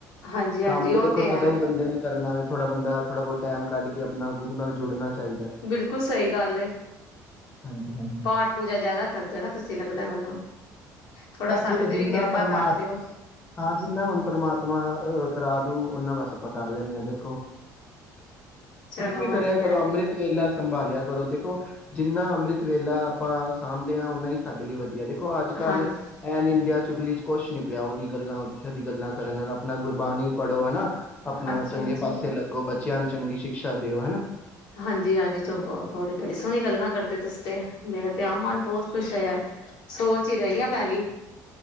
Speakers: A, on the left; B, on the left.
A: ਹਾਂਜੀ
B: ਕੰਮ
A: ਹਾਂਜੀ
B: ਤੇ
A: ਉਹ
B: ਦੇਖੋ ਸਦਾ
A: ਹੈ
B: ਹੀ ਬੰਦੇ ਨੇ ਕਰਨਾ। ਥੋੜਾ ਬੰਦਾ ਥੋੜਾ ਬਹੁਤ ਟੈਮ ਕੱਢ ਕੇ ਆਪਣਾ ਗੁਰੂ ਨਾਲ ਜੁੜਨਾ ਚਾਹੀਦਾ।
A: ਬਿਲਕੁਲ ਸਹੀ ਗੱਲ ਏ
B: ਹਾਂਜੀ ਹਾਂਜੀ
A: ਪਾਠ ਪੂਜਾ ਜਿਆਦਾ ਕਰ ਦਿਓ ਨਾ ਤੁਸੀਂ ਲੱਗਦਾ ਮੈਨੂੰ। ਥੋੜਾ
B: ਬਸ
A: ਸਾਡੇ
B: ਦੇਖੋ,
A: ਤੇ
B: ਜਿੰਨਾ
A: ਵੀ ਕਿਰਪਾ
B: ਪਰਮਾ
A: ਕਰ ਦਿਓ
B: ਤਾ ਜਿੰਨਾ ਹੁਣ ਪਰਮਾਤਮਾ ਅ ਕਰਾਦੂ ਉਨਾਂ ਬਸ ਆਪਾਂ ਕਰ ਲੈਣੇ ਆ ਦੇਖੋ।
A: ਚਲੋ
B: ਤੁਸੀਂ ਵੀ
A: ਵਧੀਆ
B: ਕਰਿਆ ਕਰੋ ਅੰਮ੍ਰਿਤ ਵੇਲਾ। ਸੰਭਾਲਿਆ ਕਰੋ, ਤੇ <unintelligible> ਜਿੰਨਾ ਅੰਮ੍ਰਿਤ ਵੇਲਾ ਆਪਾਂ ਸਾਂਭਦੇ ਆਂ ਉਨਾ ਹੀ। ਅਗਲੀ ਵਾਰੀ ਦੇਖੋ ਅੱਜ ਕੱਲ
A: ਹਾਂਜੀ
B: ਐ ਨਿੰਦਿਆਂ ਚੁਗਲੀ ਕੁਛ ਨਹੀਂ ਪਿਆ ਉਹਦੀ ਗੱਲਾਂ ਉੱਥੇ ਦੀ ਗੱਲਾਂ ਕਰਨ ਨਾਲ ਆਪਣਾ ਗੁਰਬਾਣੀ ਪੜੋ ਹਨਾ। ਆਪਣਾ
A: ਹਾਂਜੀ
B: ਚੰਗੇ
A: ਹਾਂਜੀ
B: ਪਾਸੇ ਲੱਗੋ ਬ ਬੱਚਿਆਂ ਨੂੰ ਚੰਗੀ ਸ਼ਿਕਸ਼ਾ ਦਿਓ ਹਨਾ।
A: ਹਾਂਜੀ ਹਾਂਜੀ, ਤੂੰ ਬਹੁਤ ਬੜੀ ਸੋਹਣੀ ਗੱਲਾ ਕਰਦੇ ਤੁਸੀਂ ਤੇ। ਮੇਰੇ ਤੇ ਆਪ ਮਨ ਬਹੁਤ ਖੁਸ਼ <unintelligible> ਸੋਚ ਹੀ ਰਹਿ ਆ ਮੈਂ ਵੀ